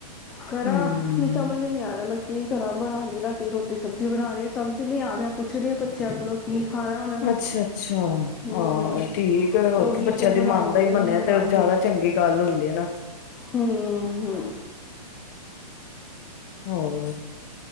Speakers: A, in the centre; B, on the left.
A: ਖਰਾ
B: ਹੂੰ
A: ਹੁਣ ਸਮਝ ਨਹੀਂ ਆ ਰਿਹਾ ਮੈਂ, ਕੀ ਕਰਾਂ ਬਣਾਣੀ ਰਾਟੀ ਰੋਟੀ ਸਬਜ਼ੀ ਬਣਾਣੀ ਸਮਝ ਨਹੀਂ ਆ ਰਿਹਾ, ਪੁੱਛਦੀ ਆ ਬੱਚਿਆਂ ਕੋਲੋਂ ਕੀ ਖਾਣਾ ਉਹਨਾਂ ਨੇ
B: ਅੱਛਾ ਅੱਛਾ
A: ਹੂੰ,
B: ਹਾਂ ਠੀਕ ਹੈ ਹੋਰ
A: ਉਹੀ
B: ਬੱਚਿਆਂ
A: ਫਿਰ ਬਣਾਵਾਂਗੀ
B: ਦੀ ਮਨ ਦਾ ਹੀ
A: ਨੂੰ
B: ਬਣਿਆ
A: ਦਾਂਗੀ।
B: ਤੇ ਜ਼ਿਆਦਾ ਚੰਗੀ ਗੱਲ ਹੁੰਦੀ ਆ ਨਾ
A: ਹੂੰ-ਹੂੰ,
B: ਹੋਰ,